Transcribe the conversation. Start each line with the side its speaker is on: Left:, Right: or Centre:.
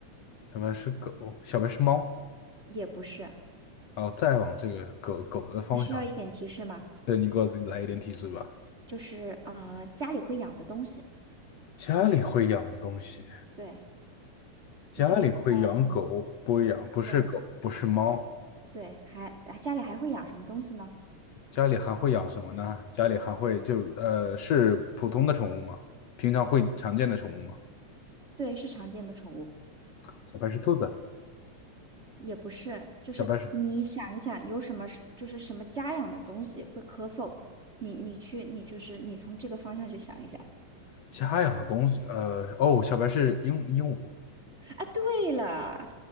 Left: 小白是狗，小白是猫，
Right: 也不是。
Left: 然后再往这个狗狗的方向，
Right: 你需要一点提示吗？
Left: 对，你给我来一点提示吧。
Right: 就是啊、呃家里会养的东西。
Left: 家里会养的东西，
Right: 对。
Left: 家里会养狗，
Right: 你可以在
Left: 不养，不是狗，
Right: 对
Left: 不是猫，
Right: 对，还啊家里还会养什么东西呢？
Left: 家里还会养什么呢？家里还会就呃，是普通的宠物吗？平常会常见的宠物吗？
Right: 对，是常见的宠物，
Left: 小白是兔子，
Right: 也不是，就是你想一想，
Left: 小白是
Right: 有什么是就是什么家养的东西会咳嗽，你你去你就是你从这个方向去想一想
Left: 家养的东西，呃，哦，小白是鹦鹦鹉，
Right: 啊。对了，